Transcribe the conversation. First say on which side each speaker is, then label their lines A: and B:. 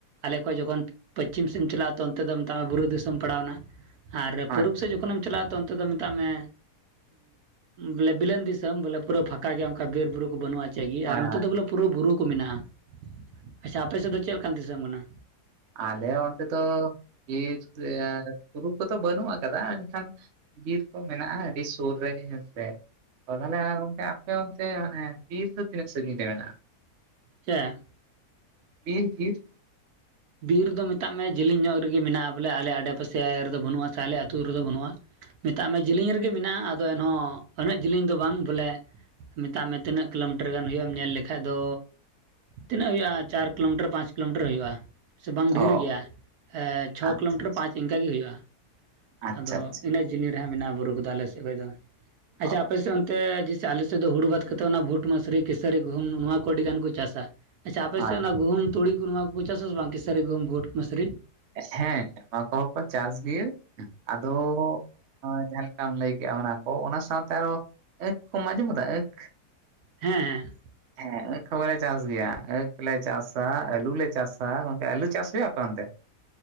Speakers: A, on the right; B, on the right.
A: ᱟᱞᱮ ᱠᱷᱚᱡ ᱡᱚᱠᱷᱚᱱ ᱯᱟᱪᱷᱤᱢ ᱥᱮᱫ ᱮᱢ ᱪᱟᱞᱟᱜᱼᱟ᱾ ᱛᱚ ᱚᱱᱛᱮ ᱫᱚ ᱢᱮᱛᱟᱜ ᱢᱮ ᱵᱩᱨᱩ ᱫᱤᱥᱚᱢ ᱯᱟᱲᱟᱣᱱᱟ ᱟᱨ
B: ᱦᱳᱭ
A: ᱯᱩᱨᱩᱵᱽ ᱥᱮᱫ ᱡᱚᱠᱷᱚᱱᱮᱢ ᱪᱟᱞᱟᱜᱼᱟ ᱛᱚ ᱚᱱᱛᱮ ᱫᱚ ᱢᱮᱛᱟᱜ ᱢᱮ ᱵᱮᱞᱮ ᱵᱤᱞᱚᱱ ᱫᱤᱥᱚᱢ, ᱵᱚᱞᱮ ᱯᱩᱨᱟᱹ ᱯᱷᱟᱸᱠᱟ ᱜᱮᱭᱟ ᱚᱝᱠᱟ ᱵᱤᱨ ᱵᱩᱨᱩ ᱠᱚ ᱵᱟᱹᱱᱩᱜᱼᱟ ᱪᱮᱜᱽ ᱜᱮ, ᱟᱨ
B: ᱦᱳᱭ ᱦᱳᱭ
A: ᱫᱚ ᱵᱚᱞᱮ ᱯᱩᱨᱟᱹ ᱵᱩᱨᱩ ᱠᱚ ᱢᱮᱱᱟᱜᱼᱟ ᱾ ᱟᱪᱪᱷᱟ ᱟᱯᱮᱥᱮᱫ ᱫᱚ ᱪᱮᱫ ᱞᱮᱠᱟᱱ ᱫᱤᱥᱚᱢ ᱠᱟᱱᱟ?
B: ᱟᱞᱮ ᱚᱱᱛᱮ ᱫᱚ, ᱵᱤᱨ ᱵᱩᱨᱩ ᱠᱚᱫᱚ ᱵᱟᱹᱱᱩᱜ ᱟᱠᱟᱫᱟ ᱾ ᱢᱮᱱᱠᱷᱟᱱᱼᱼ ᱵᱤᱨ ᱠᱚ ᱢᱮᱱᱟᱜᱼᱟ ᱟᱹᱰᱤ ᱥᱩᱨ ᱨᱮᱜᱮ ᱦᱮᱸ ᱥᱮ ᱾ ᱛᱚ ᱛᱟᱦᱞᱮ ᱜᱚᱢᱠᱮ ᱟᱯᱮ ᱚᱱᱛᱮ ᱢᱟᱱᱮ ᱵᱤᱨ ᱫᱚ ᱛᱤᱱᱟᱹᱜ ᱥᱟᱺᱜᱤᱧ ᱨᱮ ᱢᱮᱱᱟᱜᱼᱟ?
A: ᱪᱮᱫ?
B: <unintelligible>
A: ᱵᱤᱨ ᱨᱮᱫᱚ ᱢᱮᱛᱟᱜ ᱢᱮ ᱡᱮᱞᱮᱧ ᱧᱚᱜ ᱨᱮᱜᱮ ᱢᱮᱱᱟᱜᱼᱟ ᱵᱚᱞᱮ, ᱟᱞᱮ ᱟᱰᱮ ᱯᱟᱥᱮ ᱨᱮᱫᱚ ᱵᱟᱹᱱᱩᱜᱼᱟ ᱥᱮ ᱟᱞᱮ ᱟᱹᱛᱩ ᱨᱮᱫᱚ ᱵᱟᱹᱱᱩᱜᱼᱟ ᱾ ᱢᱮᱛᱟᱜ ᱢᱮ ᱡᱮᱞᱤᱧ ᱨᱮᱜᱮ ᱢᱮᱱᱟᱜᱼᱟ ᱟᱫᱚ ᱮᱱᱦᱚᱸ, ᱩᱱᱟᱹᱜ ᱡᱮᱞᱤᱧ ᱫᱚ ᱵᱟᱝ ᱵᱚᱞᱮ ᱢᱮᱛᱟᱜ ᱢᱮ ᱛᱤᱱᱟᱹᱜ ᱠᱤᱞᱳᱢᱤᱴᱟᱨ ᱜᱟᱱ ᱦᱩᱭᱩᱜᱼᱟ ᱮᱢ ᱧᱮᱞ ᱞᱮᱠᱷᱟᱡ ᱫᱚ ᱛᱤᱱᱟᱹᱜ ᱦᱩᱭᱩᱜᱼᱟ? ᱪᱟᱨ ᱠᱤᱞᱳᱢᱤᱴᱟᱨ ᱯᱟᱸᱪ ᱠᱤᱞᱳᱢᱤᱴᱟᱨ ᱦᱩᱭᱩᱜᱼᱟ᱾ ᱥᱮ ᱵᱟᱝ ᱰᱷᱮᱨ
B: ᱚ
A: ᱜᱮᱭᱟ ᱮ ᱪᱷᱚ
B: ᱟᱪᱪᱷᱟ
A: ᱠᱤᱞᱳᱢᱤᱴᱟᱨ ᱯᱟᱸᱪ ᱤᱱᱠᱟᱹ ᱜᱮ ᱦᱩᱭᱩᱜᱼᱟ᱾
B: ᱟᱪᱪᱷᱟ
A: ᱟᱫᱚ
B: ᱟᱪᱪᱷᱟ
A: ᱤᱱᱟᱹᱜ ᱡᱤᱱᱤ ᱨᱮᱦᱟᱸᱜ ᱢᱮᱱᱟᱜᱼᱟ ᱵᱩᱨᱩ ᱠᱚᱫᱚ ᱟᱞᱮ ᱥᱮᱫ ᱠᱷᱚᱡᱽ ᱫᱚ ᱟᱪᱷᱟ
B: ᱚ
A: ᱟᱯᱮ ᱥᱮᱫᱚᱱ ᱛᱮ ᱡᱟᱭᱥᱮ ᱟᱞᱮᱥᱮᱫ ᱫᱚ ᱦᱩᱲᱩ ᱵᱟᱝ ᱠᱟᱛᱮ ᱚᱱᱟ ᱵᱷᱩᱴ, ᱢᱟᱥᱨᱤ, ᱠᱮᱥᱟᱹᱨᱤ, ᱜᱩᱦᱩᱢ ᱱᱚᱣᱟ ᱠᱚ ᱟᱹᱰᱤ ᱜᱟᱱ ᱠᱚ ᱪᱟᱥᱟ᱾ ᱟᱪᱷᱟ ᱟᱯᱮ
B: ᱦᱳᱭ
A: ᱥᱮᱫ ᱚᱱᱟ ᱜᱦᱩᱢ, ᱛᱩᱲᱤ ᱠᱩ ᱱᱚᱣᱟ ᱠᱚᱠᱚ ᱪᱟᱥ ᱟᱥᱮ ᱵᱟᱝ? ᱠᱮᱥᱟᱹᱨᱤ, ᱜᱩᱢ, ᱵᱷᱩᱴ, ᱢᱟᱥᱥᱨᱤ᱾
B: ᱦᱮᱸ ᱱᱚᱣᱟ ᱠᱚᱦᱚᱸ ᱠᱚ ᱪᱟᱥ ᱜᱮᱭᱟ ᱟᱫᱚ ᱦᱚᱸ ᱡᱟᱦᱟᱸ ᱞᱮᱠᱟᱢ ᱞᱟᱹᱭ ᱠᱮᱜᱼᱟ ᱚᱱᱟ ᱠᱚ ᱚᱱᱟ ᱥᱟᱶᱛᱮ ᱟᱨᱚ ᱟᱸᱠᱷ ᱠᱚᱢ ᱟᱸᱡᱚᱢ ᱟᱠᱟᱫᱟ ᱟᱹᱠᱷ
A: ᱦᱮᱸ ᱦᱮᱸ
B: ᱦᱮᱸ ᱟᱸᱠᱷ ᱦᱚᱸᱞᱮ ᱪᱟᱥ ᱜᱮᱭᱟ ᱟᱸᱠᱷ ᱞᱮ ᱪᱟᱥᱟ᱾ ᱟᱞᱩ ᱞᱮ ᱪᱟᱥᱟ᱾ ᱜᱚᱝᱠᱮ ᱟᱞᱩ ᱪᱟᱥ ᱦᱩᱭᱩᱜᱟ ᱟᱯᱮ ᱚᱱᱛᱮ?